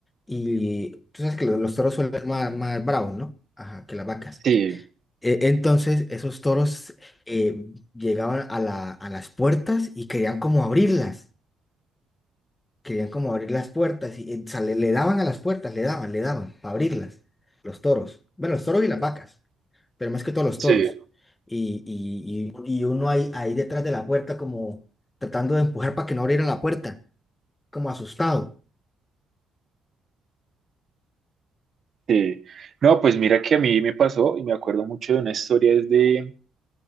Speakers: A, on the left (about 20°); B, on the right (about 50°).
A: Y tú sabes que lo- los, toros suelen ser más, más bravos, ¿no? Ajá, que las vacas.
B: sí,
A: E- Entonces esos toros eh, llegaban a la- a las puertas y querían como abrirlas, querían como abrir las puertas y eh, o sea, le, le daban a las puertas, le daban, le daban para abrirlas, los toros, bueno, los toros y las vacas, pero más que todo los
B: sí.
A: toros. Y, y, y- y uno ahí, ahí detrás de la puerta como tratando de empujar para que no abrieran la puerta, como asustado.
B: Sí. No, pues mira que a mí me pasó y me acuerdo mucho de una historia desde